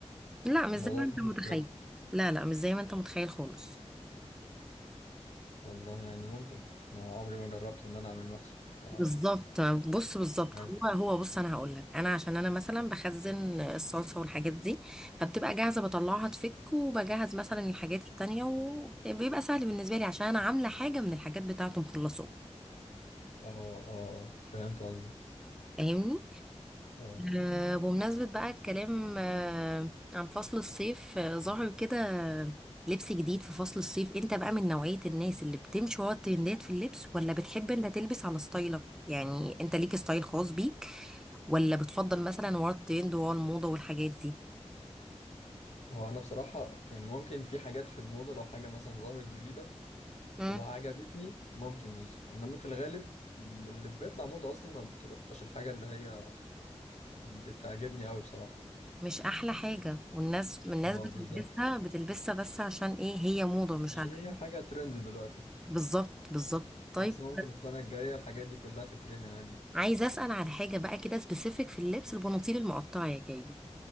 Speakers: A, in the centre; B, on the left.
A: لا مش
B: الموضوع
A: زي ما انت
B: ممكن
A: متخيل
B: بجد
A: لا لا مش زي ما انت متخيل خالص
B: والله يعني ممكن انا عمري ما جربت ان انا اعمل محشي ف
A: بالظبط بص بالظبط
B: مش عارف
A: هو هو بص انا هقول لك انا عشان انا مثلا بخزن الصلصه والحاجات دي فبتبقى جاهزه بطلعها تفك وبجهز مثلا الحاجات التانية وبيبقى سهل بالنسبه لي عشان انا عامله حاجه من الحاجات بتاعته مخلصه
B: اه اه آه، فهمت قصدك
A: فاهمني
B: اه
A: آه، بمناسبة بقى الكلام آه، عن فصل الصيف آه، ظهر كده لبس جديد في فصل الصيف انت بقى من نوعية الناس اللي بتمشي ورا الترندات في اللبس ولا بتحب انت تلبس على ستايلك يعني انت ليك ستايل خاص بيك ولا بتفضل مثلا ورا الترند ورا الموضة والحاجات دي
B: هو انا بصراحه يعني ممكن في حاجات في الموضه لو حاجه مثلا ظهرت جديده
A: مم.
B: وعجبتني ممكن ماشي انما في الغالب اللي بيطلع موضة اصلا ما بتبقاش الحاجة اللي هي بتعجبني قوي بصراحة
A: مش احلى حاجة والناس الناس
B: اه
A: بتلبسها
B: بالظبط
A: بتلبسها بس عشان ايه هي موضة مش
B: عشان
A: عارفة
B: هي حاجة ترند دلوقتي
A: بالظبط بالظبط طيب
B: بس ممكن السنة الجاية الحاجات دي كلها تترمي عادي
A: عايزه اسال على حاجه بقى كده سبيسيفيك في اللبس البناطيل المقطعه يا جاي